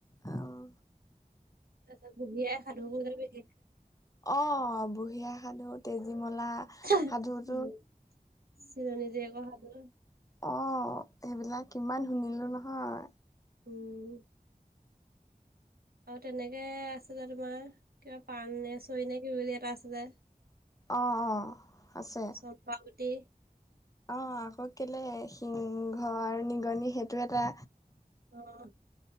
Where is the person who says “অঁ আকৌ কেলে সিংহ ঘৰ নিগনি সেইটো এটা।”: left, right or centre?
Left